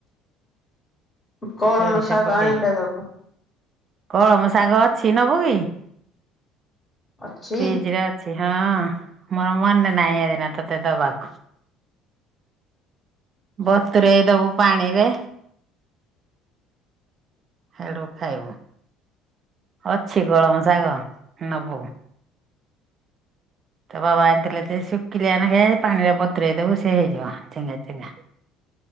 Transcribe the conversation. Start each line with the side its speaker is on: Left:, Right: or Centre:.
Left: କଳମ
Right: ସୋରିଷ
Left: ଶାଗ
Right: ପକେଇ
Left: ଆଣିିଲ ଦବୁ।
Right: କଳମ ଶାଗ ଅଛି ନବୁ କି
Left: ଅଛି
Right: ଫ୍ରିଜ୍ ରେ ଅଛି। ହଁ ମୋର ମନେ ନାହିଁ ଏଗରା ତତେ ଦବାକୁ। ବତୁରେଇ ଦବୁ ପାଣିରେ। ହେଡୁ ଖାଇବୁ। ଅଛି କଳମ ଶାଗ ନବୁ। ତୋ ବାବା ଆଣିଥିଲେ ଯେ ଶୁଖିଲିଆ ନେଖେ ପାଣିରେ ବତୁରେଇ ଦବୁ ସେ ହେଇଯିବ ଚେଙ୍ଗା ଚେଙ୍ଗା।